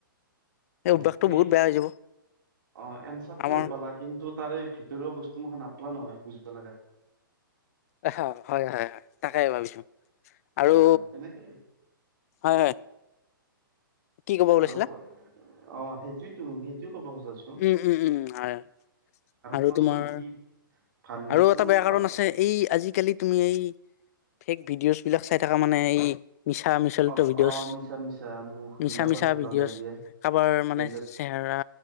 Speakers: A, on the left; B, on the right.
A: এই
B: হয়
A: অভ্যাসটো
B: তুমি
A: বহুত বেয়া হৈ যাব।
B: অ এঞ্চাৰটো
A: আমাৰ
B: হে পালা, কিন্তু তাৰে ভিতৰুৱা বস্তু মুখা নাপালা নহয় বুজিব লগা।
A: এইষা হয় হয় হয়। তাকে ভাবিছো আৰু
B: অ তেনেকে
A: হয় হয়। কি ক'ব ওলাইছিলা?
B: আৰু অ সেইটোৱেতো সেইটোৱে কব খুজিছো।
A: উম উম উম হয়, আৰু
B: কোৱাচোন
A: তোমাৰ
B: কি ভাল দিশটো
A: আৰু এটা বেয়া
B: ভাল
A: কাৰণ আছে, এই আজিকালিত তুমি এই, ফেক ভিডিঅ'ছ বিলাক চাই থাকা মানে, এই মিছা মিছলটো
B: অ
A: ভিডিঅ'ছ,
B: অ মিছা মিছা মুখ বিলাকত
A: মিছা মিছা
B: যি
A: ভিডিঅ'ছ
B: লগাই দিয়ে
A: কাৰোবাৰ মানে
B: বেলেগ
A: চেহেৰা